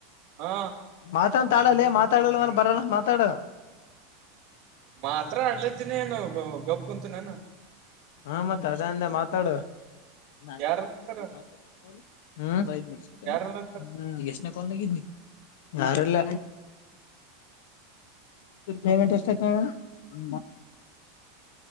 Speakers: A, on the right (about 55°); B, on the left (about 70°).
A: ಹಾ
B: ಮಾತ ಅಂತ ಆಡಲ್ಲೇ ಮಾತಾಡಲ್ಲಂದ್ರ ಬರೋಣ ಮಾತಾಡ
A: ಮಾತ್ರ ಅಡ್ಲತಿನಿ ಏನು ಗಪ್ ಅಂತು ನಾನು
B: ಹಾ ಮತ್ತೆ ಅದಂದೆ ಮಾತಾಡು <unintelligible>
A: ಯಾರನ್ನಂತಾರ ಯಾರನ್ನಂತಾರ
B: ಯಾರು ಇಲ್ಲ ಪೇಮೆಂಟ್ ಎಷ್ಟಾಯ್ತು ನೋಡು